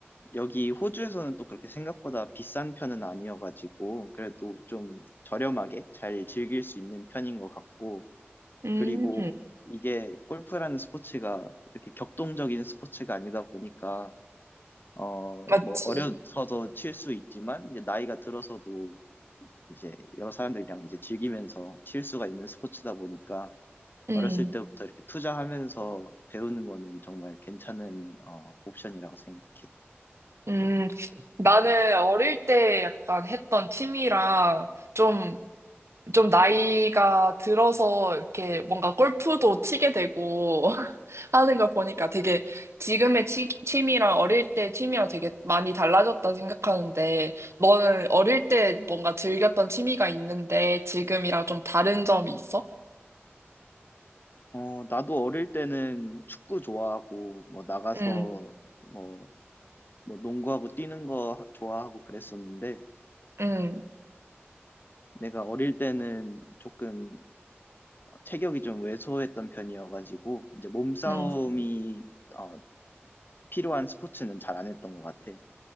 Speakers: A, on the left; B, on the right.
A: 여기 호주에서는 또 그렇게 생각보다 비싼 편은 아니어가지고, 그래도 좀 저렴하게 잘 즐길 수 있는 편인 것 같고,
B: 음,
A: 그리고 이게 골프라는 스포츠가 이렇게 격동적인 스포츠가 아니다 보니까, 어,
B: 맞지.
A: 뭐, 어려서도 칠 수 있지만, 이제 나이가 들어서도 이제 여러 사람들이랑 이제 즐기면서 실수가 있는 스포츠다 보니까
B: 음,
A: 어렸을 때부터 이렇게 투자하면서 배우는 거는 정말 괜찮은 어, 옵션이라고 생각해.
B: 음. 나는 어릴 때 약간 했던 취미랑 좀 좀 나이가 들어서 이렇게 뭔가 골프도 치게 되고 <laughs> 하는 걸 보니까 되게 지금의 치, 취미랑 어릴 때 취미랑 되게 많이 달라졌다 생각하는데 너는 어릴 때 뭔가 즐겼던 취미가 있는데 지금이랑 좀 다른 점이 있어?
A: 어, 나도 어릴 때는 축구 좋아하고 뭐 나가서
B: 응,
A: 뭐, 뭐 농구하고 뛰는 거 좋아하고 그랬었는데
B: 응,
A: 내가 어릴 때는 조금 체격이 좀 왜소했던 편이어가지고 이제 몸싸움이
B: 응,
A: 어, 필요한 스포츠는 잘 안 했던 것 같아.